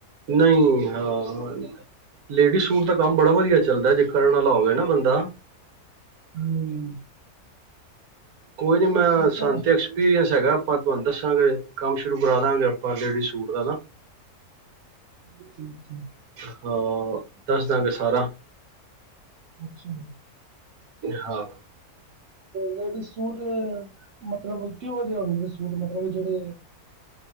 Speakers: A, on the right; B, on the right.
A: ਨਈ ਹਾਂ ਲੇਡੀਜ਼ ਸੂਟ ਦਾ ਕੰਮ ਬੜਾ ਵਧੀਆ ਚੱਲਦਾ ਜੇ। ਕਰਨ ਆਲਾ ਹੋਵੇ ਨਾ ਬੰਦਾ
B: ਹੂੰ।
A: ਕੋਈ ਨੀ
B: ਪਰ
A: ਮੈਂ
B: ਸੂਟਾਂ
A: ਸਾਨੰ ਤੇ ਐਕਸਪੀਰੀਅੰਸ ਹੈਗਾ ਪਾਂ ਤੁਆਨੂੰ ਦੱਸਾਂਗੇ। ਕੰਮ ਸ਼ੁਰੂ ਕਰਾ ਦਾਂਗੇ ਆਪਾਂ, ਲੇਡੀਜ਼ ਸੂਟ ਦਾ ਨਾ।
B: <unintelligible>
A: ਹਾਂ, ਦੱਸ ਦਾਂਗੇ ਸਾਰਾ
B: ਅੱਛਾ।
A: ਹਾਂ।
B: ਲੇਡੀਜ਼ ਸੂਟ ਮਤਲਬ ਕਿਹੋ ਜਿਹੇ ਹੁੰਦੇ ਨੇ ਸੂਟ ਮਤਲਬ ਜੜੇ